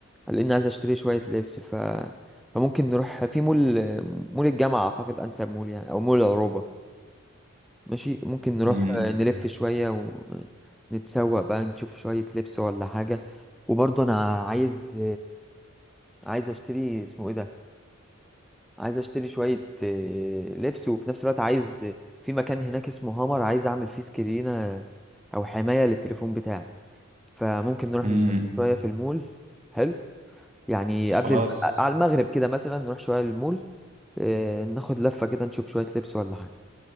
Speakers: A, in the centre; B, on the right.
A: لان عايز اشتري شويه لبس ف فممكن نروح في مول مول الجامعه اعتقد انسب مول يعني او مول العروبه ماشي ممكن نروح
B: امم
A: نلف شويه ونتسوق بقى نشوف شويه لبس ولا حاجه وبرضه انا عايز عايز اشتري اسمه ايه ده عايز اشتري شويه لبس وفي نفس الوقت عايز في مكان هناك اسمه هامر عايز اعمل فيه سكرينه او حمايه للتليفون بتاعي فممكن نروح
B: امم
A: نتمشى شوية في المول حلو يعني قبل
B: خلاص
A: الم... على المغرب كده مثلا نروح شوية المول آه، ناخد لفة كده نشوف شوية لبس ولا حاجة